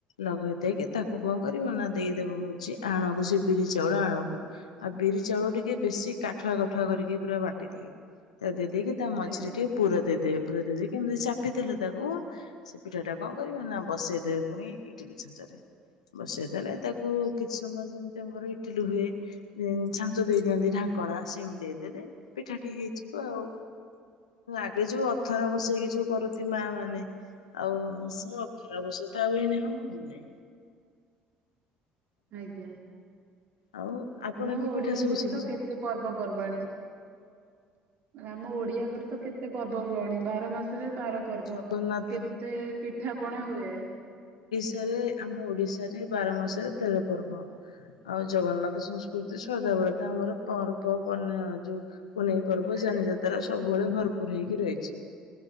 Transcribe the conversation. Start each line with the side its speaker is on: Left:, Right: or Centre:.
Left: ଲଗେଇ ଦେଇେଇକି ତାକୁ-। କଣ କରିବ ନା ଦେଇଦବ ହଉଛି ଆଣକୁ ସେ ବିରି ଚାଉଳ ଆଣକୁ ଆଉ ବିରି ଚାଉଳ ଟିକେ ବେଶୀ-। ଟ କାଠୁଆ କାଠୁଆ କରିକି ପୁରା ବାଟିଦେ ତାକୁ ଦେଇଦେଇକି ତା ମଝିରେ
Right: ଆଜ୍ଞା
Left: ଟିକେ ପୁର ଦେଇଦେବେ। ପୂର ଦେଇ କେମିତି ଚାପି ଦେଥିଲେ ତାକୁ ସେ ପିଠା ଟା କଣ କରିବ ନା ବସେଇଦବେ ପୁଣି ଇଟିଲି ଛାଞ୍ଚରେ। <unintelligible> ବସେଇଦଲେ ତାକୁ କିଛି ସମୟ ଯେମିତି ଆମର ଇଟିଲି ହୁଏ ଛାଞ୍ଚ ଦେଇଦିଅନ୍ତି ଢାଙ୍କ। ଣା ସେମିତି ଦେଇଦେଲେ ପିଠାଟି ହେଇଯିବ ଆଉ। ଆଗେ ଯୋଉ ଅଥରା ବସେଇକି ଯୋଉ କରନ୍ତି ମା ମାନେ। ଆଉ ସେ ଅଥରାବଶ ତା ଆଉନ ହଉ ହଉନି।
Right: ଆଜ୍ଞା।
Left: ଆଉ ଆପଣ
Right: ଆମ
Left: କି
Right: ଓଡିଆଙ୍କର
Left: ପିଠା ସବୁ ଶିଖିଛନ୍ତି?
Right: ତ କେତେ ପର୍ବପର୍ବାଣୀ। ଆମ ଓଡିଆଙ୍କର ତ କେତେ ପର୍ବପର୍ବାଣିୀ ବାର ମାସ। ବାର ପର୍ବ
Left: ଜଗନ୍ନାଥ
Right: କେତେ ପିଠା ପଣା ହୁଏ।
Left: ଏଠାରେ ଆମ ଓଡିଶାରେ ବାର ମାସରେ ତେର ପର୍ବ। ଆଉ ଜଗନ୍ନାଥ ସଂସ୍କୃତି ସଦାବେେଳେତା ଆମର ପର୍ବ ପନିଅ ଯୋଉ। ପୁନେଇ ପର୍ବ
Right: ଆଜ୍ଞା
Left: ଯାନିଯାତ୍ରା ସବୁବେଳେ ଭରପୁର ହେଇକି ରହିଛି।